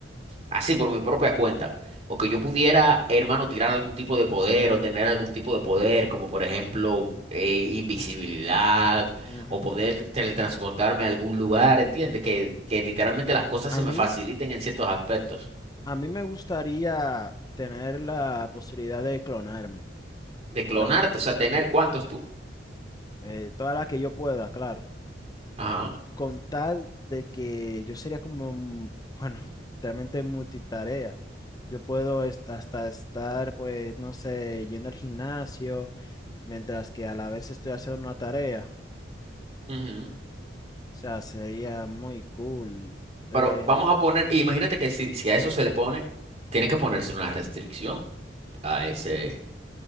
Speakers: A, on the right (about 40°); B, on the left (about 20°).
A: Así por mi propia cuenta. O que yo pudiera, hermano, tirar algún tipo de poder o tener algún tipo de poder, como por ejemplo eh, invisibilidad
B: Ujú, ujú.
A: o poder teletransportarme a algún lugar, ¿entiendes? Que, que literalmente las cosas
B: A
A: se
B: mí,
A: me faciliten en ciertos aspectos.
B: A mí me gustaría tener la posibilidad de clonarme,
A: De clonarte,
B: para
A: o sea, tener cuántos tú.
B: eh, toda la que yo pueda, claro,
A: Ajá.
B: con tal de que yo sería como, mm, bueno, <laughs> literalmente multitarea. Yo puedo est- hasta estar, pues, no sé, yendo al gimnasio, mientras que a la vez estoy haciendo una tarea.
A: ujú.
B: O sea, sería muy cool. Eh,
A: Pero vamos a poner, imagínate que si, si a eso se le pone, tiene que ponerse una restricción a ese,